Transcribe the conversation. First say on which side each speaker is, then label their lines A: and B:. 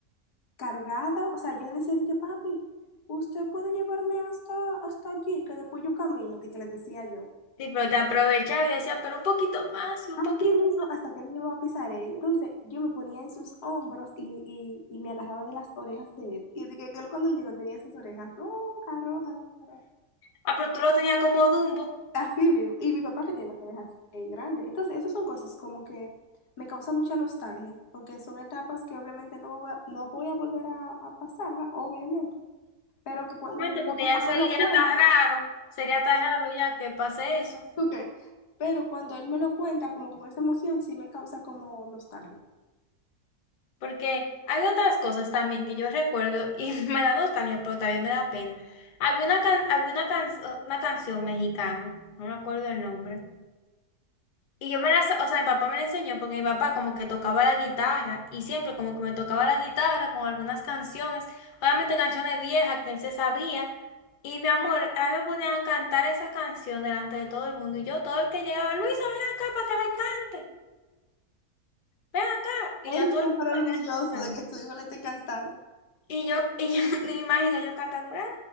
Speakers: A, on the left; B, on the left.
A: cargada, o sea, yo le decía de que papi, usted puede llevarme hasta, hasta allí, que después yo camino, de que le decía yo.
B: Sí, pero te aprovechaba y decía, pero un poquito más, y un
A: Así
B: poquito.
A: mismo, hasta que él me llevaba a Pizarera. Y Entonces yo me ponía en sus hombros y, y, y me agarraba de las orejas de él. Y dije que él cuando llegó tenía esas orejas rojas, rojas, rojas. rojas.
B: Ah, pero tú lo tenías como Dumbo.
A: Así vivo. Y mi papá que tiene las orejas eh, grandes. Entonces, esas son cosas como que me causan mucha nostalgia, porque son etapas que obviamente no voy a, no voy a volver a, a pasar, ¿va? Obviamente. Pero que cuando
B: Obviamente,
A: mi
B: porque
A: papá
B: ya sería
A: me lo cuenta,
B: tan raro. Sería tan raro ya que pase eso.
A: ¿tú crees? Pero cuando él me lo cuenta, como con esa emoción, sí me causa como nostalgia.
B: Porque hay otras cosas también que yo recuerdo y <laughs> me da nostalgia, pero también me da pena. Había una, can- había una, can- una canción mexicana, no me acuerdo el nombre Y yo me la, sa- o sea, mi papá me la enseñó porque mi papá como que tocaba la guitarra y siempre como que me tocaba la guitarra con algunas canciones, obviamente canciones viejas que él se sabía. Y mi amor, a mí me ponía a cantar esa canción delante de todo el mundo y yo, todo el que llegaba, Luisa, ven acá para que le cante, ven acá. Y
A: Él
B: ya todo
A: súper
B: el mundo
A: orgulloso
B: me viene cantando.
A: de que su hijo le esté cantando.
B: Y yo, y yo <laughs> me imagino yo cantando, "Ah,